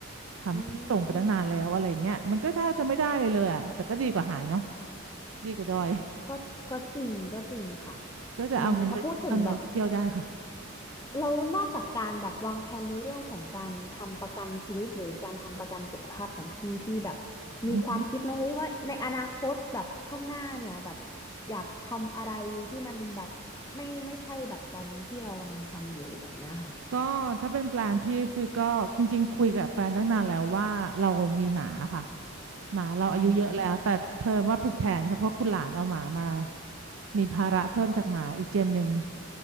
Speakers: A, on the right; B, on the left.
A: ทำพี่ส่งไปตั้งนานแล้วอะไรอย่างเงี้ยมันก็แทบจะไม่ได้เลยเลยอะแต่ก็ดีกว่าหายเนาะ
B: อืม
A: ดีกว่าดอย
B: ก็ก็จริงก็จริงค่ะ
A: ก็จะเอาเงินไปเอาเงินไปเที่ยวได้ค่ะ
B: อืมถ้าพูดถึงแบบเรานอกจากการแบบวางแผนในเรื่องของการทำประกันชีวิตหรือการทำประกันสุขภาพของพี่พี่แบบมีความคิดนะเฮ้ยว่าในอนาคตแบบข้างหน้าเนี่ยแบบ
A: อืม
B: อยากทำอะไรที่มันแบบไม่ไม่ใช่แบบตอนนี้ที่เรากำลังทำอยู่แบบเนี้ยค่ะ
A: ก็ถ้าเป็นแปลนพี่คือก็จริงๆคุยกับแฟนตั้งนานแล้วว่าเรามีหมาค่ะ หมาเราอายุเยอะแล้วแต่เพิ่มว่าผิดแผนค่ะเพราะคุณหลานเอาหมามา
B: อืม <laughs>
A: มีภาระเพิ่มจากหมาอีกเจนหนึ่ง